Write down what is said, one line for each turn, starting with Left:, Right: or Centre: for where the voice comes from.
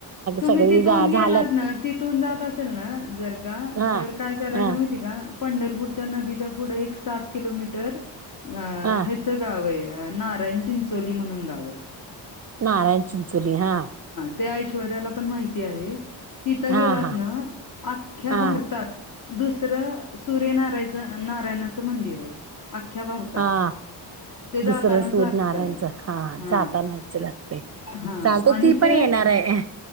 Left: तुम्ही
Right: सगळी
Left: तिथून
Right: जा
Left: गेलात
Right: झाल्यात
Left: ना, तिथून जात असेल ना जर का
Right: हा
Left: तर काय करायचं,
Right: हा
Left: माहिती आहे का? पंढरपूरच्या नदीच्या पुढं एक सात किलोमीटर अ
Right: हा
Left: ह्याच गाव आहे. नारायण चिंचोली म्हणून गाव आहे.
Right: नारायण चिंचोली हा.
Left: त्या ऐश्वर्याला पण माहिती आहे तिथं
Right: हा
Left: गेलात
Right: हा
Left: ना, अख्ख्या
Right: हा
Left: भारतात दुसरं सूर्यनारायच नारायणाचं मंदिर आहे. अख्ख्या भारतात.
Right: हा
Left: ते जातानाच
Right: दुसरं सूर्य
Left: लागत
Right: नारायणच
Left: हा.
Right: जातानाच लागतय.
Left: हा
Right: चालत
Left: आणि
Right: ती पण
Left: ते
Right: येणार आहे.